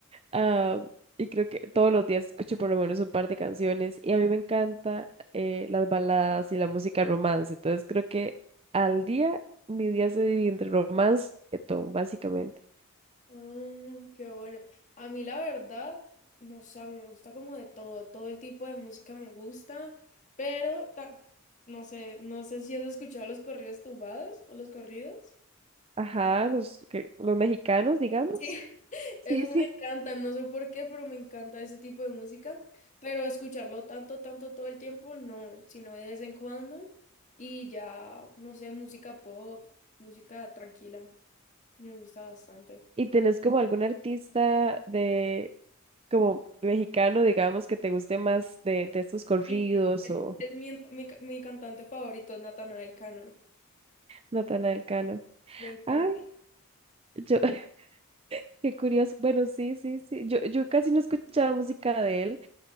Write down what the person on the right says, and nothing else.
Ah, y creo que todos los días escucho por lo menos un par de canciones. Y a mí me encanta eh, las baladas y la música romance. Entonces, creo que al día, mi día se divide entre romance y reggaetón, básicamente.
Ajá, los, que- los mexicanos, digamos.
Sí,
sí.
¿Y tenés como algún artista de como mexicano, digamos, que te guste más de, de estos corridos
o
Natanael Cano?
Ay, yo, <laughs> qué curioso. Bueno, sí, sí, sí. Yo, yo casi no escuchaba música de él.